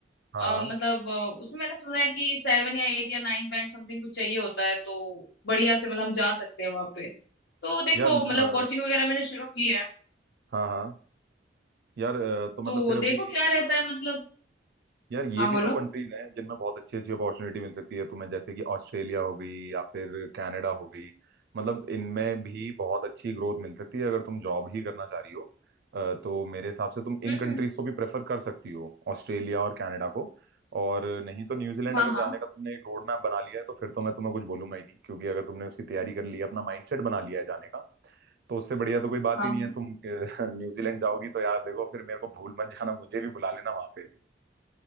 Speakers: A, on the right; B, on the left.
A: हाँ
B: अ,
A: हाँ
B: मतलब अ, उसमें मैंने सुना है कि सेवन या एट या नाइन बैंड समथिंग कुछ चाहिए होता है तो बढ़िया से मतलब हम जा सकते हैं वहां पे तो देखो
A: यार
B: मतलब
A: अ,
B: कोचिंग वगैरह मैंने शुरू की है
A: हाँ हाँ यार अ, तो मतलब
B: तो
A: फिर
B: देखो
A: अभी
B: क्या रहता
A: अ,
B: है मतलब
A: यार ये
B: हाँ
A: भी
B: बोलो
A: तो कंट्रीज हैं जिनमें बहुत अच्छी अच्छी अपॉर्चुनिटी मिल सकती है तुम्हें जैसे कि ऑस्ट्रेलिया हो गई या फिर कनाडा हो गई मतलब इनमें भी बहुत अच्छी ग्रोथ मिल सकती है अगर तुम जॉब ही करना चाह रही हो अ, तो मेरे हिसाब से तुम इन
B: हम्म
A: कंट्रीज
B: हम्म
A: को भी प्रेफर कर सकती हो ऑस्ट्रेलिया और कनाडा को और नहीं तो न्यूजीलैंड
B: हाँ
A: अगर
B: हाँ
A: जाने का तुमने एक रोड मैप बना लिया है तो फिर तो मैं तुम्हें कुछ बोलूंगा ही नहीं क्योंकि अगर तुमने उसकी तैयारी कर ली है अपना माइंडसेट बना लिया है जाने का तो उससे बढ़िया तो कोई बात
B: हाँ
A: ही नहीं
B: हाँ
A: है तुम अ, <laughs> न्यूजीलैंड जाओगी तो यार देखो फिर मेरे को भूल मत जाना मुझे भी बुला लेना वहां पे